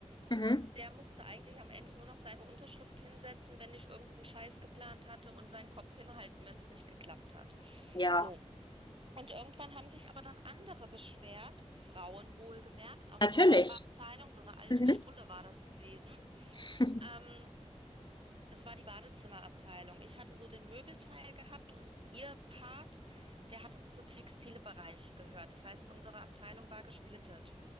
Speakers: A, on the left (about 40°); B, on the right (about 50°).
A: Mhm.
B: Der musste eigentlich am Ende nur noch seine Unterschrift hinsetzen, wenn ich irgendeinen Scheiß geplant hatte und seinen Kopf hinhalten, wenn es nicht geklappt hat.
A: Ja,
B: So. Und irgendwann haben sich aber dann andere beschwert, Frauen wohlgemerkt, aus
A: natürlich.
B: der Nachbarabteilung, so eine alte
A: Mhm.
B: Schrulle war das gewesen.
A: <laughs>
B: Ähm, das war die Badezimmerabteilung. Ich hatte so den Möbelteil gehabt und ihr Part, der hatte zu Textilbereich gehört. Das heißt, unsere Abteilung war gesplittet.